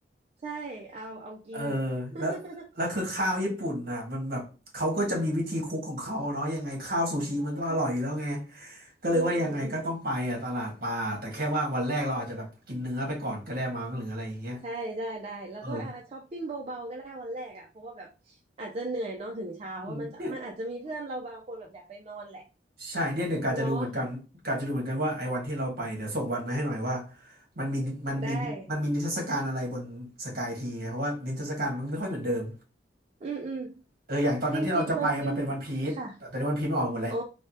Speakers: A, on the right; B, on the right.
A: ใช่เอาเอากิน
B: เออ
A: <laughs>
B: แล้วแล้วคือข้าวญี่ปุ่นน่ะมันแบบเขาก็จะมีวิธีคุกของเขาเนาะยังไงข้าวซูชิมันก็อร่อยอยู่แล้วไง
A: ใช่ใช่
B: ก็เลยว่ายังไงก็ต้องไปอ่ะตลาดปลาแต่แค่ว่าวันแรกเราอาจจะแบบกินเนื้อไปก่อนก็ได้มั้งหรืออะไรอย่างเงี้ย
A: อืมอืมอืมใช่ได้ได้แล้วก็อ่าช้อปปิ้งเบาๆก็ได้วันแรกอ่ะเพราะว่าแบบ
B: เออ
A: อาจจะเหนื่อยเนาะถึงเช้ามันจะมันอาจจะมีเพื่อนเราบางคนแบบอยากไปนอนแหละ
B: อืมเนี่ยใช่เนี่ยเดี๋ยวกาจะดูเหมือนกันกาจะดูเหมือนกันว่าไอ้วันที่เราไปเดี๋ยวส่งวันมาให้หน่อยว่า
A: เนาะ
B: มันมีมันมีมันมีนิทรรศการอะไรบนสกายทีไงเพราะว่านิทรรศการมันไม่ค่อยเหมือนเดิม
A: ได้อืมอืม
B: เอออย่างตอนนั้นที่เราจะไปมันเป็นวันพีซแต่ตอนนี้วันพีซมันออกหมดแล้ว
A: จริงๆมันมีค่ะ อ๋อ